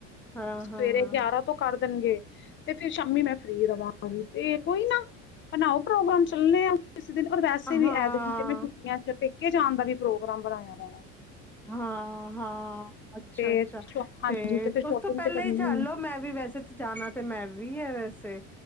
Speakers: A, in the centre; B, on the left (about 35°).
A: ਹਾਂ
B: ਸਵੇਰੇ
A: ਹਾਂ
B: ਗਿਆਰਾਂ ਤੋਂ ਕਰ ਦੇਣਗੇ। ਤੇ ਫਿਰ ਸ਼ਾਮੀ ਮੈਂ ਫ੍ਰਰੀ ਰਵਾਂਗੀ, ਤੇ ਕੋਈ ਨਾ ਬਣਾਓ ਪ੍ਰੋਗਰਾਮ ਚਲਣੇ ਆ ਕਿਸੇ ਦਿਨ, ਔਰ ਵੈਸੇ ਵੀ
A: ਹਾਂ
B: ਐਦਕੀ ਤੇ ਮੈਂ ਛੁਟੀਆਂ ਚ ਪੇਕੇ ਜਾਣ ਦਾ ਵੀ ਪ੍ਰੋਗਰਾਮ ਬਣਾਇਆ ਦਾ ਵਾ।
A: ਹਾਂ ਹਾਂ, ਅੱਛਾ
B: ਤੇ
A: ਅੱਛਾ
B: ਹਾਂਜੀ
A: ਤੇ
B: ਫਿਰ ਸ਼ੋਪਿੰਗ
A: ਉਸ ਤੋਂ ਪਹਿਲਾਂ
B: ਤੇ ਕਰਨੀ
A: ਹੀ ਚੱਲੋ, ਮੈਂ ਵੀ ਵੈਸੇ ਜਾਣਾ, ਤੇ ਮੈਂ ਵੀ ਆ ਵੈਸੇ